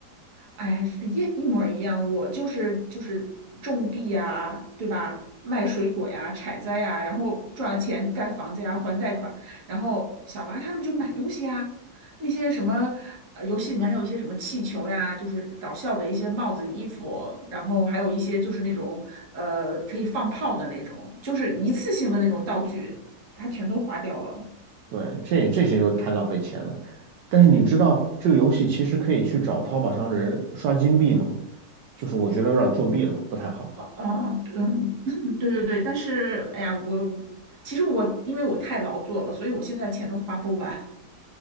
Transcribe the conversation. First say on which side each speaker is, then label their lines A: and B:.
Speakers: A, on the right; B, on the right.
A: 哎呀，是一一模儿一样，我就是就是种地呀，对吧？卖水果呀，采摘呀，然后赚了钱盖房子呀，还贷款。然后小娃他们就买东西呀，那些什么呃，游戏里面还有一些什么气球呀，就是搞笑的一些帽子、衣服，然后还有一些就是那种呃可以放炮的那种，就是一次性的那种道具，他全都花掉了。
B: 对，这这些就太浪费钱了。但是你知道这个游戏其实可以去找淘宝上的人刷金币吗？就是我觉得有点作弊了，不太好。
A: 哦哦，嗯，<clears throat> 对对对，但是哎呀，我其实我因为我太劳作了，所以我现在钱都花不完。